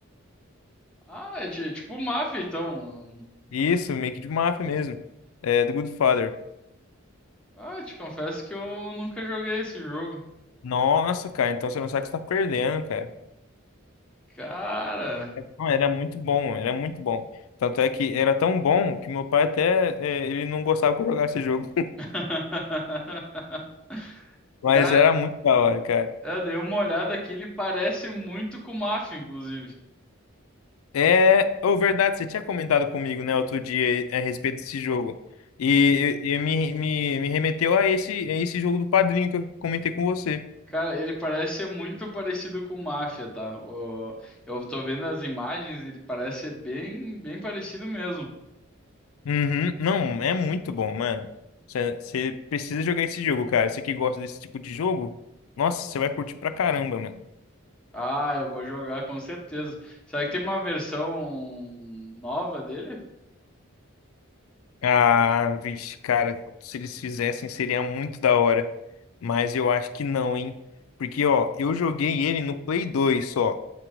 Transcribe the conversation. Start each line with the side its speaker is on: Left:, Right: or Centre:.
Centre: Ah, é ti- é tipo mafia então.
Left: Isso, make de máfia mesmo. É, The Good Father.
Centre: Ah, te confesso que eu nunca joguei esse jogo.
Left: Nossa, cara, então você não sabe o que você tá perdendo, cara.
Centre: Cara.
Left: Não, era muito bom, era muito bom. Tanto é que era tão bom que meu pai até, é, ele não gostava que eu jogasse esse jogo.
Centre: <laughs>
Left: Mas
Centre: Cara,
Left: era muito da hora, cara.
Centre: eu dei uma olhada aqui, ele parece muito com mafia inclusive.
Left: É, ou verdade, você tinha comentado comigo, né, outro dia a respeito desse jogo. E, e, e me, me, me remeteu a esse, a esse jogo do Padrinho que eu comentei com você.
Centre: Cara, ele parece ser muito parecido com mafia tá? O- Eu tô vendo as imagens, ele parece ser bem, bem parecido mesmo.
Left: Uhum. Não, é muito bom, mano. Você precisa jogar esse jogo, cara. Você que gosta desse tipo de jogo, nossa, você vai curtir pra caramba, mano.
Centre: Ah, eu vou jogar com certeza. Será que tem uma versão nova dele?
Left: Ah, vixe, cara, se eles fizessem seria muito da hora. Mas eu acho que não, hein? Porque, ó, eu joguei ele no Play 2 só.